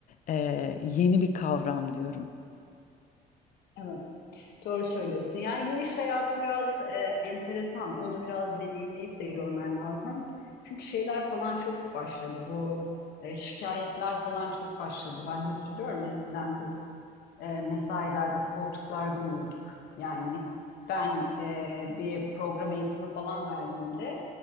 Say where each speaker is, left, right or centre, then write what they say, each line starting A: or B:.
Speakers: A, on the left; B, on the left.
A: e, yeni bir kavram diyorum.
B: Evet. Doğru söylüyorsun. Yani bu iş hayatı biraz e, enteresan. Onu biraz deneyimleyip de görmen lazım. Çünkü şeyler falan çok başladı. Bu e, şikayetler falan çok başladı. Ben hatırlıyorum eskiden biz e, mesailerde, koltuklarda uyurduk. Yani ben e, bir program eğitimi falan verdiğimde